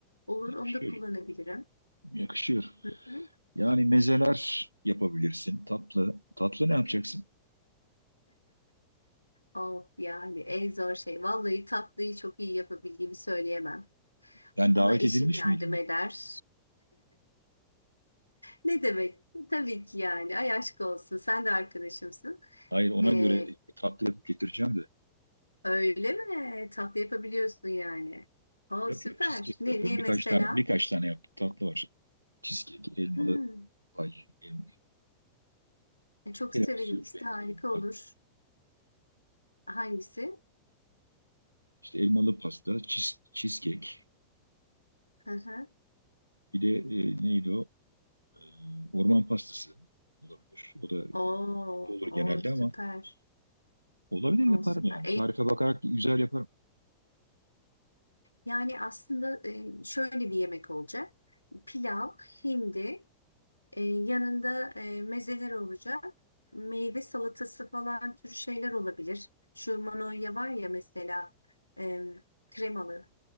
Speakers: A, on the left; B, on the right.
A: Olur
B: yakışıyor.
A: onu da kullanabilirim.
B: Yakışıyor.
A: Hı hı.
B: Yani mezeler yapabilirsin. Tatlı. Tatlı ne yapacaksın?
A: Of yani en zor şey. Vallahi tatlıyı çok iyi yapabildiğimi söyleyemem.
B: Yani
A: Ona
B: davet
A: eşim
B: edilmiş
A: yardım
B: miydin?
A: eder. Ne demek? Tabii ki yani. Ay aşk olsun. Sen de arkadaşımsın.
B: Hayır ona
A: Ee,
B: göre tatlı yapıp getireceğim de.
A: öyle mi? Tatlı yapabiliyorsun yani. Aa,
B: Yapıyorum
A: süper.
B: cheesecake
A: Ne,
B: yapıyorum.
A: ne
B: Birkaç
A: mesela?
B: tane birkaç tane yaptım. Tatlı var. Cheesecake, elmalı
A: Hmm,
B: pay, elmalı
A: E, Çok
B: tiramisu
A: severim. İkisi
B: benzeri
A: de harika
B: bir
A: olur.
B: tatlı.
A: Hangisi?
B: İşte elmalı pasta, cheese- cheesecake.
A: Hı hı.
B: Bir de e, neydi o? E, orman pastası olabilir. O da
A: Oo,
B: olur genelde
A: o süper.
B: ama olabilir
A: o
B: yaparım
A: süper.
B: yani.
A: E,
B: Tarife bakarak güzel yaparım.
A: yani aslında e, şöyle bir yemek olacak. Pilav, hindi, e, yanında e, mezeler olacak. Meyve salatası falan tür şeyler olabilir. Şu manoya var ya mesela e, kremalı.